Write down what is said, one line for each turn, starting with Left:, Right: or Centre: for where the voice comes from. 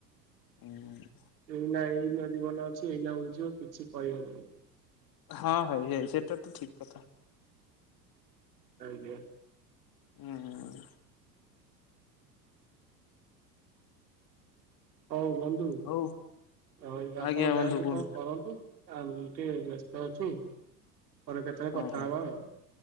Left: ହୁଁ।
Right: ଏଇ ନା ଏଇ ନା ଜୀବନ ଅଛି ଏଇନା ଉଡିଯିବ କିଛି କହିହବନି।
Left: ହଁ ଭାଇ ଏଇ ସେଟା ତ ଠିକ କଥା।
Right: ଆଜ୍ଞା।
Left: ହୁଁ ହୁଁ।
Right: ହଉ ବନ୍ଧୁ
Left: ହଉ
Right: ରହିଲି ଆପଣ
Left: ଆଜ୍ଞା ବନ୍ଧୁ
Right: ଯାଆନ୍ତୁ
Left: କୁହନ୍ତୁ
Right: କଣ କରନ୍ତୁ ଆଉ ଟିକେ ବ୍ୟସ୍ତ ଅଛୁ। ପରେ କେତେବେଳେ
Left: ହଁ
Right: କଥା
Left: ହଉ
Right: ହବା ଆଉ